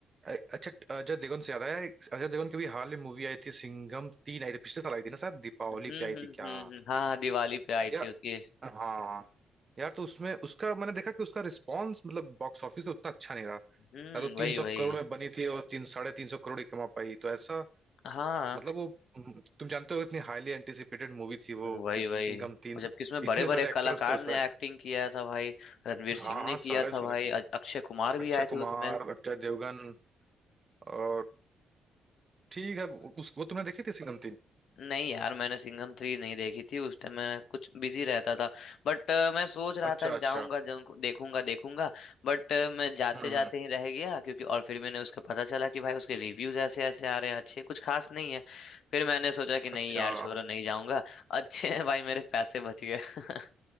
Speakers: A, on the right (about 30°); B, on the left (about 70°).
A: अ- अच्छा अजय देवगन से याद आया अजय देवगन की भी हाल में मूवी आई थी सिंघम तीन आई थी पिछले साल आई थी ना शायद दीपावली
B: हम्म
A: पे आई
B: हम्म
A: थी क्या
B: हम्म, हाँ हाँ, दिवाली पे आई
A: या
B: थी उसकी
A: हाँ यार तो उसमें उसका मैंने देखा कि उसका रिस्पॉन्स मतलब बॉक्स ऑफिस पे उतना अच्छा नहीं रहा शायद
B: हम्म
A: वो तीन
B: वही
A: सौ
B: वही
A: करोड़ में बनी थी और तीन साढ़े तीन सौ करोड़ ही कमा पाई तो ऐसा
B: हाँ
A: मतलब वो हम्म, तुम जानते हो इतनी हाईली एंटिसिपेटेड मूवी थी वो
B: वही
A: कि
B: वही
A: सिंघम
B: और
A: तीन
B: जबकि उसमें
A: इतने
B: बड़े बड़े
A: सारे एक्टर्स
B: कलाकार
A: थे उसमें
B: ने एक्टिंग किया था भाई रणवीर सिंह
A: हाँ
B: ने
A: हाँ
B: किया
A: सारे उसमें
B: था भाई
A: थे
B: अ- अक्षय कुमार भी
A: अक्षय
B: आए थे
A: कुमार
B: उसमें
A: अक्षय देवगन और ठीक है उस वो तुमने देखी थी सिंघम तीन
B: नहीं यार मैंने सिंघम थ्री नहीं देखी थी उस टाइम मैं कुछ बिजी रहता था बट मैं सोच रहा
A: अच्छा
B: था कि
A: अच्छा
B: जाऊंगा जाऊंगा देखूंगा देखूंगा बट मैं जाते
A: हम्म
B: जाते
A: हम्म,
B: ही रह गया क्योंकि और फिर मैंने उसका पता चला कि भाई उसके रिव्यूज ऐसे ऐसे आ रहे हैं अच्छे कुछ खास नहीं है फिर मैंने सोचा कि
A: अच्छा
B: नहीं यार छोड़ो नहीं जाऊंगा अच्छे हैं भाई मेरे पैसे बच गए <laughs>